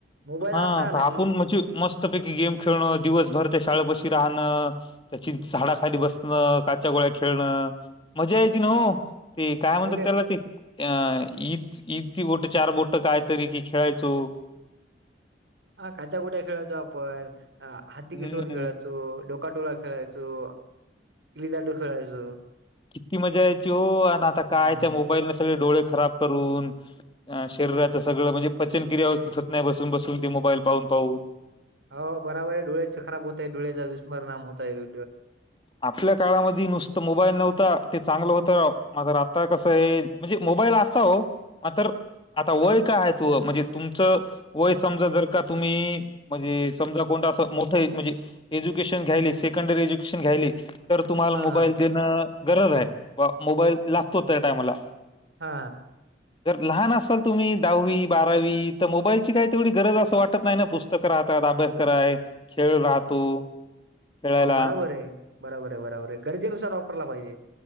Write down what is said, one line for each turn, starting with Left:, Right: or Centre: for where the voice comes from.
Right: मोबाईल
Left: हा
Right: आता आला
Left: आपण
Right: की
Left: म्हणजे मस्तपैकी गेम खेळणं दिवसभर त्या शाळापशी राहणं. त्याची झाडाखाली बसणं काच्या गोळ्या खेळणं मजा यायचीि न हो ते काय
Right: अहो
Left: म्हणतात
Right: पहिले
Left: त्याला ते अ इत इतती बोट चार बोट काय तरी की खेळायचो
Right: हा काचा बुट्या खेळायचो आपण हाती
Left: हम्म
Right: कि सोडून खेळायचो तो डोका टोळा खेळायचो किलीदाांडू खेळायचो.
Left: किती मजा यायची हो आणि आता
Right: हम्म
Left: कायच्या मोबाईलने सगळे डोळे खराब करून शरीरां सगळं म्हणजे पचन कि व्यवस्थित होत नाही बसून बसून ते मोबाईल पाहून पाहून
Right: हो बराबर आहे डोळ्याच खराब होतय डोळ्याचा दुषमरनाम होतयर
Left: आपल्या काळामध्येध नुसतं मोबाईल नव्हता ते चांगलं होतं राव माझ आता कसं आहे? म्हणजे मोबाईल असा हो मात आता वय काय आहे त व म्हणजे तुमचं वय समजा जर का तुम्ही म्हणजे समजा कोणत असं मोठं म्हणजे एज्युकेशन घ्यायली सेकंडरी एज्युकेशन घ्यायली तर तुम्हाला
Right: हा
Left: मोबाईल देणं. गरज आहे बा मोबाईल लागतो त्या टायमाला
Right: हा
Left: तरर लहान असाल तुम्ही दहावी बारावी तर मोबाईलची काय तेवढी गरज असं वाटत नाही ना पुस्तक पुस्तक राहतात अभ्यास कराय खेळ राहतो खेळायला
Right: हो बराबर आहे बरोबर आहे बरोबर आहे गरजेनुसार वापरला पाहिजे